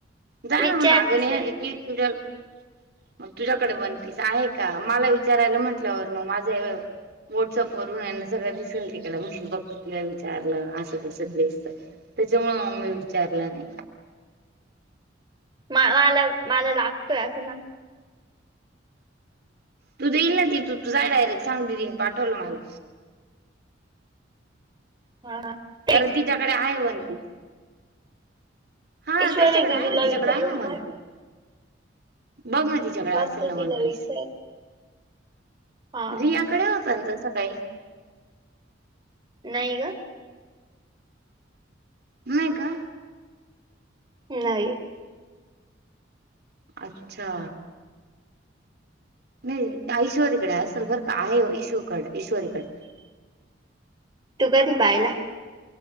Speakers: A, on the right; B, on the right.
A: जा
B: विचार
A: ना म अगनेी
B: तस
A: जर मग तुझ्याकडे वनपीस आहे का मला विचारायला म्हटल्यावर मग माझा हे व्हॉट्सअप वरूनना सगळं दिसेल तिकड म्हश फक्त तिला विचारलं असं कसं दिसत त्याच्यामुळे अ विचारला नाही
B: मला मला लागतोय असं सांग.
A: तू देईल ना ती तू जाय डायरेक्ट सांग दीदीनं पाठवल मला.
B: हा ह
A: कारण तिच्याकडे आहे वन पीस. हा
B: ईश्वरी
A: त्यांच्याकडे
B: दिदीला
A: आहे ना तिच्याकडे
B: विचारून
A: आहे ना वन
B: मग
A: पीस, बघ ना त झगडा
B: बघते
A: असेल ना
B: तिला
A: वन पीस
B: विचारून हा
A: रियाकडे होत ना तसं काळी
B: नाही का
A: नाही का
B: नाही
A: अच्छा नाही ईश्वरीकडे असेल बरं का आहे ईश्ूकडे ईश्वरीकडे
B: तू कधी पाहिला